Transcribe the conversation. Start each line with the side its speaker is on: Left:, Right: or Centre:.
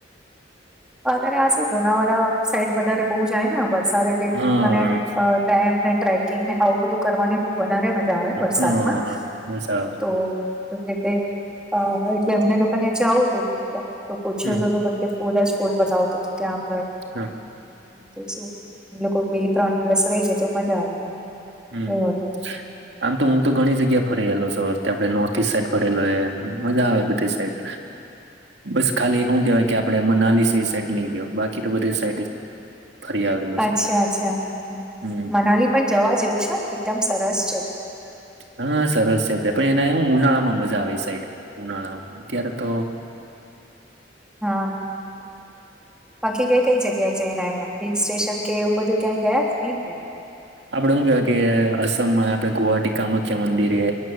Centre: હ અત્યારે આ શું લોનાવાલા સાઈડ વધારે બહુ જાય ને આ વરસાદ એટલે
Right: હા
Centre: અ મને ડેમ ને ટ્રેકિંગને આવું બધું. કરવાની બહુ વધારે મજા આવે વરસાદમાં
Right: હા મજા આવે
Centre: તો. તો રીતે અ એટલે અમને લોકોને જાવું તો ત્યાં તો પૂછ્યું
Right: હમ
Centre: તો. પોરસ પોલ બતાાવતા તુ તયા હોયે.
Right: હું.
Centre: તો શું ઈ લોકો બે ત્રણ દિવસ રહી જાય તો મજા આવે.
Right: હમ.
Centre: એવું હતું
Right: આમ તો હું તો ઘણી જગ્યા ફરેલો છું આપણે નોર્થ ઇસ્ટ સાઈડ ફરેલો એ મજા આવે બધી સાઈડ. બસ ખાલી હું કેવાય કે આપડે મનાલી ઈ સાઈડ નઈ ગયો બાકી તો બધે સાઈડ. ફરી આવેલો
Centre: અચ્છા
Right: છે
Centre: અચ્છા હ
Right: હમ
Centre: મનાલી પણ જવા જેવું છે એકદમ સરસ છે.
Right: હા સરસ છે તે પણ એના હું ઉનાળા માં મજા આવે ઈ સાઈડ ઉનાળામાં અત્યારે તો.
Centre: હા બાકી કઈ કઈ જગ્યાએ જઈને આયવા. હિલ સ્ટેશન કે એવું બધું ક્યાંય ગયા કે નહી ગયા.
Right: આપડે હું કેવાય કે અ અસમમાં આપડે ગુવાહાટી કામાખ્યા મંદિર એ.